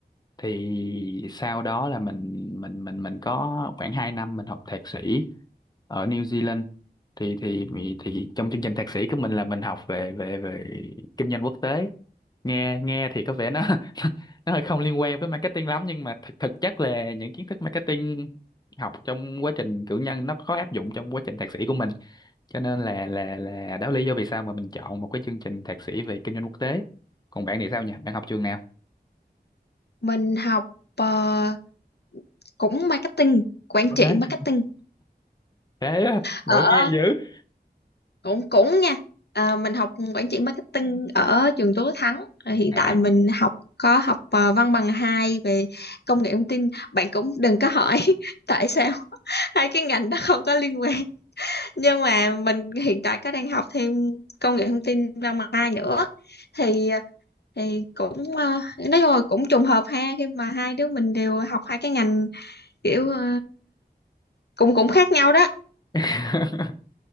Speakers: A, on the left; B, on the left.
A: thì sau đó là mình mình mình mình có khoảng 2 năm mình học thạc sĩ ở New Zealand thì thì thì trong chương trình thạc sĩ của mình là mình học về về về kinh doanh quốc tế nghe nghe thì có vẻ nó <laughs> nó hơi không liên quan với marketing lắm nhưng mà thực thực chất là những kiến thức marketing học trong quá trình cử nhân nó có áp dụng trong quá trình thạc sĩ của mình cho nên là là là đó là lý do vì sao mà mình chọn một cái chương trình thạc sĩ về kinh doanh quốc tế còn bạn thì sao nhỉ bạn học trường nào
B: mình học ờ, cũng marketing, quản trị
A: Ok.
B: marketing.
A: thế á, ngẫu
B: Ở
A: nhiên dữ
B: cũng cũng nha. Ờ, mình học quản trị marketing ở trường Tú Thắng. Ờ, hiện
A: à
B: tại mình học có học ờ, văn bằng 2 về công nghệ thông tin. Bạn cũng đừng có hỏi <laughs> tại sao hai cái ngành đó không có liên quan. nhưng mà mình hiện tại có đang học thêm công nghệ thông tin năm hai nữa thì thì cũng ờ, nói chung là cũng trùng hợp ha khi mà hai đứa mình đều học hai cái ngành kiểu ờ, cũng cũng khác nhau đó
A: <laughs>